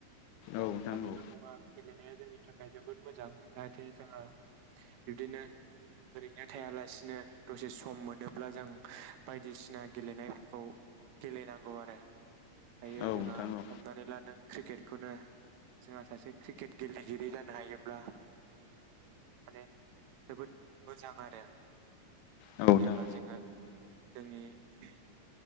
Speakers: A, on the left; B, on the right.
A: औ नोंथां
B: दा बेल'
A: औ
B: नङा गेलेनाया जोंनि थाखाय जोबोद मोजां जाहाथे जोंङो बिब्दिनो ओरैनो थायालासिनो दसे सम मोनोब्ला जों <unintelligible> बायदिसिना गेलेनायफोरखौ गेलेनांगौ आरो दायो
A: औ
B: जोंहा
A: नोंथां औ
B: हमनानै ला नों क्रिकेट बेखौनो जोंहा सासे क्रिकेट गेलेगिरि जानो हायोब्ला माने जोबोद मोजां आरो
A: औ नोंथां
B: जेनेब्ला जोङो जोंनि <unintelligible>